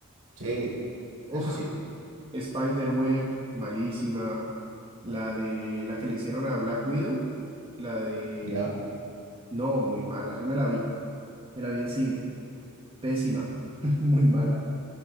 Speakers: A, on the right; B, on the right.
A: Sí,
B: Uf,
A: eso sí,
B: Spider-Web, malísima. La de la que le hicieron a Black Widow, la de.
A: ya.
B: No, muy mala. Yo me la vi, me la vi en cine. Pésima, <laughs> muy mala.